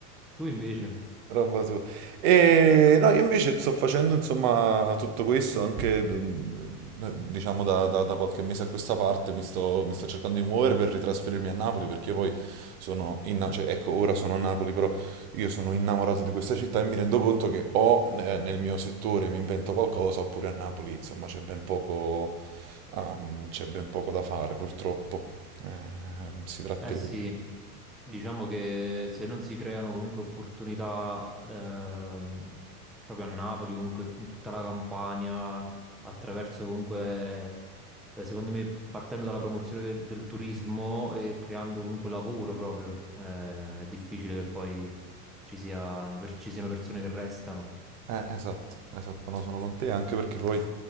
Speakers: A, in the centre; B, on the right.
A: Tu invece?
B: Roba tua. E no, io invece sto facendo insomma tutto questo anche mm, eh, diciamo da, da- da qualche mese a questa parte mi sto, mi sto cercando di muovere per ritrasferirmi a Napoli perché io poi sono in, cioè, ecco, ora sono a Napoli, però io sono innamorato di questa città e mi rendo conto che o eh, nel mio settore mi invento qualcosa oppure a Napoli insomma c'è ben poco, ehm, c'è ben poco da fare purtroppo. Eh, si tratterebbe.
A: Eh sì, diciamo che se non si creano comunque opportunità ehm, proprio a Napoli, comunque in tutta la Campania, attraverso comunque, eh, secondo me, partendo dalla promozione del, del turismo e creando comunque lavoro proprio, eh, è difficile che poi ci siano, per- ci siano persone che restano,
B: Eh, esatto, esatto, no, sono con te, anche perché poi